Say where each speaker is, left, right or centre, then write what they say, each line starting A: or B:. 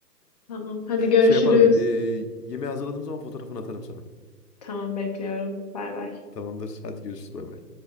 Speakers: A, on the left (about 25°); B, on the left (about 70°).
A: Tamam. Hadi görüşürüz.
B: Şey yaparım. E, yemeği hazırladığım zaman fotoğrafını atarım sana.
A: Tamam bekliyorum. Bay bay.
B: Tamamdır. Hadi görüşürüz. Bay bay.